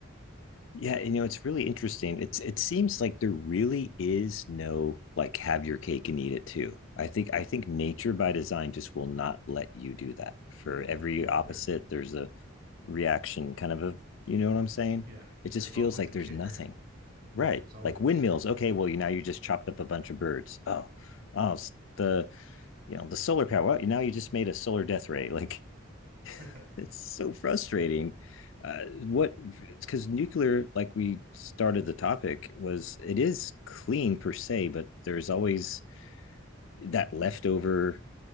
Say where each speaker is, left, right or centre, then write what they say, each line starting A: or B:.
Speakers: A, on the left; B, on the right.
A: Yeah, you know, it's really interesting. It's it seems like there really is no like have your cake and eat it too. I think I think nature by design just will not let you do that. For every
B: Yeah,
A: opposite,
B: they're
A: there's a reaction kind of a, you know what I'm saying?
B: Yeah,
A: It just
B: there's
A: feels
B: always
A: like
B: a kicker.
A: there's nothing. Right.
B: Yeah, there's always
A: Like
B: a kicker.
A: windmills. Okay, well, you now you just chopped up a bunch of birds. Oh. Oh, s- the you know, the solar power. Well, now you just made a solar death ray. <laughs> Like
B: <laughs>
A: <laughs> it's so frustrating. Uh, what because nuclear, like we started the topic, was it is clean per se, but there's always that leftover